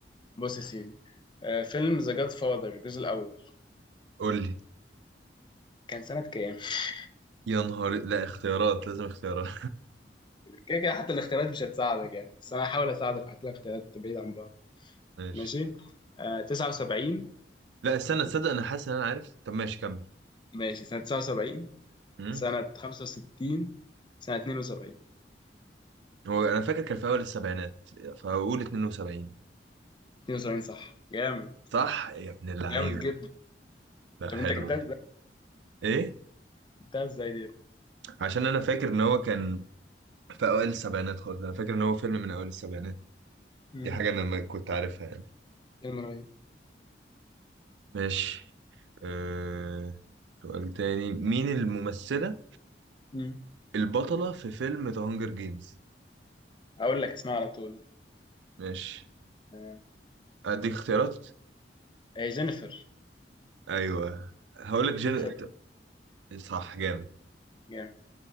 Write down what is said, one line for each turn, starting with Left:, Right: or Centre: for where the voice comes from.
Left: بص يا سيدي آه، فيلم ذا جاد فاذر الجزء الاول
Right: قول لي
Left: كان سنه كام <laughs>
Right: يا نهار لا اختيارات لازم اختيارات
Left: كده كده حتى الاختيارات مش هتساعدك يعني بس انا هحاول اساعدك هات لك اختيارات بعيد عن بعض
Right: <laughs> ماشي
Left: ماشي آه 79
Right: لا استنى تصدق انا حاسس ان انا عارف طب ماشي كمل
Left: ماشي سنه 79
Right: مم.
Left: سنه 65 سنه 72
Right: هو انا فاكر كان في اول السبعينات فهقول 72
Left: 72 صح جامد
Right: صح يا ابن اللعيبه
Left: جامد جدا
Right: لا
Left: طب
Right: حلو
Left: انت جبتها ازاي
Right: ايه
Left: جبتها ازاي دي
Right: عشان انا فاكر ان هو كان في اوائل السبعينات خالص انا فاكر ان هو فيلم من اوائل السبعينات
Left: امم
Right: دي حاجه انا ما كنت عارفها يعني
Left: فيلم رهيب
Right: ماشي أه... سؤال تاني مين الممثله
Left: امم
Right: البطله في فيلم ذا هانجر جيمز
Left: اقول لك اسمها على طول
Right: ماشي
Left: آه،
Right: اديك اختيارات
Left: هي جينيفر
Right: ايوه هقولك جن
Left: جينيفر
Right: صح جامد
Left: جامد